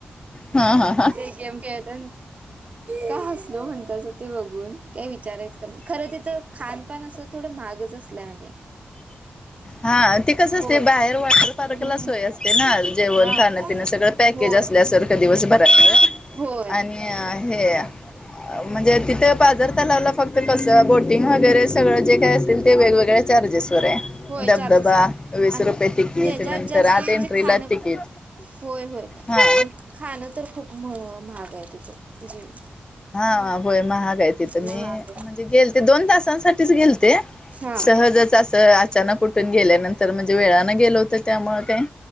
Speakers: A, on the left; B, on the right.
A: हा हा
B: ते गेम खेळत का हसलो म्हणताच ते, बघून काय विचारायचं का खरं तिथं खानपान अस थोडं महागच असल्यावाणी,
A: हा ते कस
B: होय.
A: असते, बाहेर वॉटर पार्कला
B: हम्म
A: सोय असते. ना जेवण
B: हा
A: खाण्यपिन सगळं, पॅकेज
B: होय
A: असल्या सारखं दिवस आणि
B: होय
A: हे म्हणजे तिथं पाजार तलावला फक्त कसं बोटिंग वगैरे सगळं जे, काय असतील ते वेगवेगळे चार्जेस, धब
B: होय चार्जेस
A: धबा
B: आहे
A: वीस
B: आणि
A: रुपय तिकीट
B: त्याच्यात
A: नंतर
B: जास्त
A: आत
B: म्हणजे
A: एंट्रिला
B: खाणं
A: तिकीट.
B: पण होय होय
A: हा
B: आणि खाणं तर खूप महाग आहे तिथं जीव.
A: हा होय महाग तिथं मी
B: महाग आहे
A: म्हणजे गेल ते दोन तासांसाठीच गेल. ते
B: हा
A: सहजच अस अचानक कुठून गेल्यानंतर म्हणजे वेळानें गेलो होत. त्यामुळे काही